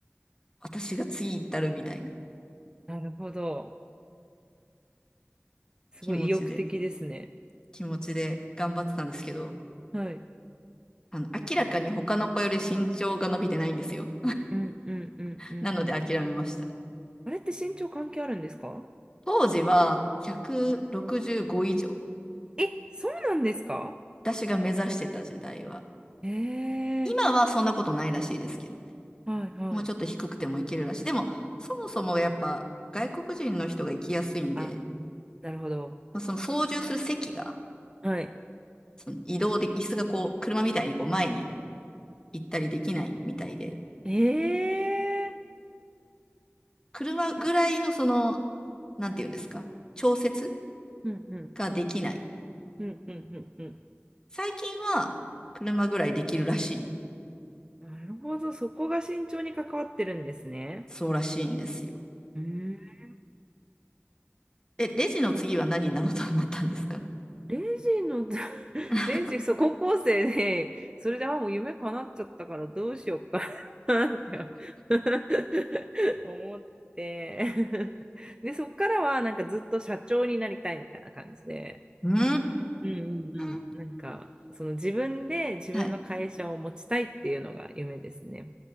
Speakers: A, on the left (about 20°); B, on the right (about 20°).
A: 私が次行ったるみたいな
B: なるほど。すごい意欲的ですね。
A: 気持ちで、気持ちで頑張ってたんですけど、
B: はい。
A: あの、明らかに他の子より身長が伸びてないんですよ。
B: うんうんうんうんうん。
A: <laughs> なので諦めました。
B: あれって身長関係あるんですか
A: 当時は165以上。
B: え、そうなんですか
A: 私が目指してた時代は。
B: ええ
A: 今はそんなことないらしいですけどね。
B: ー、はいはい。
A: もうちょっと低くてもいけるらしい。でも、そもそもやっぱ外国人の人が行きやすいんで、
B: ああ、なるほど。
A: まあ、その操縦する席が、
B: はい。
A: その移動で、椅子がこう、車みたいにこう前に行ったりできないみたいで、
B: ええ
A: 車ぐらいのその、
B: ー、
A: なんていうんですか、調節
B: うんうん
A: ができない。
B: うんうんうんうん。
A: 最近は車ぐらいできるらしい。
B: なるほど、そこが身長に関わってるんですね。
A: そうらしいんですよ。
B: うーん。
A: え、レジの次は何になろうと思ったんですか
B: レジの、<laughs>
A: <laughs>
B: レジ、そう、高校生で、それで、あ、もう夢叶っちゃったからどうしようか <laughs> なって <laughs> 思って、で、そっからは、なんかずっと社長になりたいみたいな感じで、
A: うー
B: うんうんうん。
A: ん。
B: なんか、その自分で自分の会社を持ちたいっていうのが夢ですね。
A: はい。